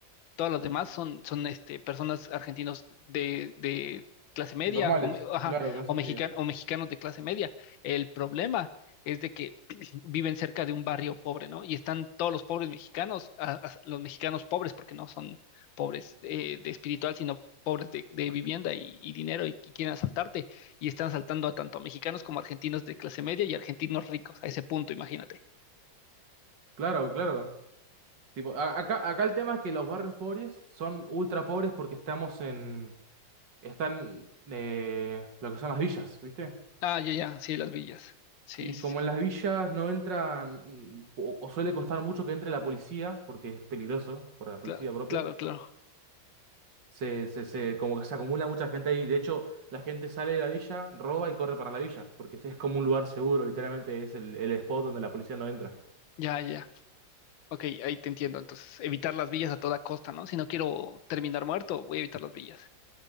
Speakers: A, on the left; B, on the right.
A: todos los demás son, son este, personas argentinos de, de clase media
B: Normales,
A: o, me- ajá,
B: claro, clase
A: o, mexican-
B: media.
A: o mexicanos de clase media. El problema es de que <clears throat> viven cerca de un barrio pobre, ¿no? Y están todos los pobres mexicanos, a- a- los mexicanos pobres, porque no son pobres eh, de espiritual, sino pobres de, de vivienda y, y dinero y, que quieren asaltarte. Y están asaltando a tanto mexicanos como argentinos de clase media y argentinos ricos, a ese punto, imagínate.
B: Claro, claro. Tipo, a- acá, acá el tema es que los barrios pobres son ultra pobres porque estamos en... Están eh, lo que son las villas, ¿viste?
A: Ah, ya, ya, sí, las villas. Sí,
B: Y
A: sí,
B: como
A: sí.
B: en las villas no entran, mm, o, o suele costar mucho que entre la policía, porque es peligroso para la policía
A: Cla-
B: propia,
A: claro, claro.
B: se, se, se- como que se acumula mucha gente ahí. De hecho, la gente sale de la villa, roba y corre para la villa, porque es como un lugar seguro, literalmente es el, el spot donde la policía no entra.
A: Ya, ya. Ok, ahí te entiendo. Entonces, evitar las villas a toda costa, ¿no? Si no quiero terminar muerto, voy a evitar las villas.